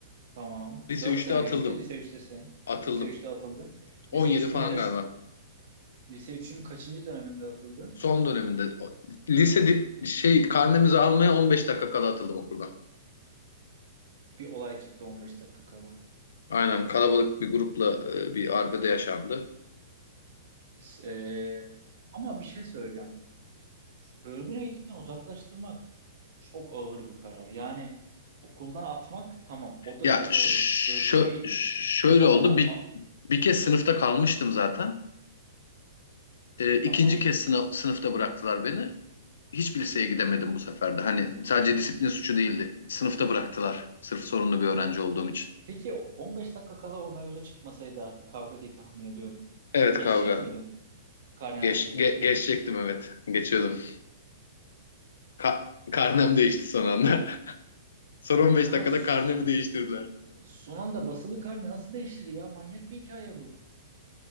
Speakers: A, on the right (about 60°); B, on the left (about 75°).
A: Tamam.
B: Lise
A: 4
B: üç'te
A: sene
B: atıldım.
A: geçti. Lise 3'tesin.
B: Atıldım.
A: Lise üçte atıldın.
B: 17
A: Lise üçün
B: falan
A: neresi?
B: galiba.
A: Lise üçün kaçıncı döneminde atıldın?
B: Son döneminde. O- Lise dip, şey karnemizi almaya 15 dakika kala atıldım okuldan.
A: Bir olay çıktı 15 dakika kala.
B: Aynen kalabalık bir grupla e, bir arbede yaşandı.
A: S- eee, ama bir şey söyleyeceğim. Örgün eğitimden uzaklaştırmak çok ağır bir karar. Yani okuldan atmak tamam. O da
B: Ya
A: çok
B: şö-
A: ağır. Örgün eğitim.
B: şöyle
A: Babala
B: oldu. Bir,
A: a-
B: bir kez sınıfta kalmıştım zaten. E, ikinci
A: tamam.
B: kez sınıf, sınıfta bıraktılar beni. Hiçbir liseye gidemedim bu sefer de. Hani sadece disiplin suçu değildi. Sınıfta bıraktılar. Sırf sorunlu bir öğrenci olduğum için.
A: Peki o 15 dakika kala o mevzu çıkmasaydı artık kavga diye tahmin ediyorum.
B: Evet
A: Geçecek
B: kavga.
A: miydin karne
B: Geç,
A: notuyla?
B: ge- geçecektim evet. Geçiyordum. Ka- karnem değişti son anda. <laughs> Son 15
A: Ya
B: dakikada
A: s-
B: karnemi değiştirdiler.
A: son anda basılı karne nasıl değişir ya? Manyak bir hikaye bu.